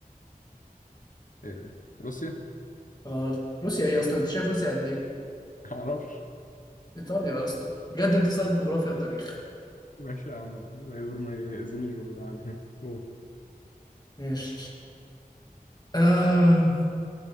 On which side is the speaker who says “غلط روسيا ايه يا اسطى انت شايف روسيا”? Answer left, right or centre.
Left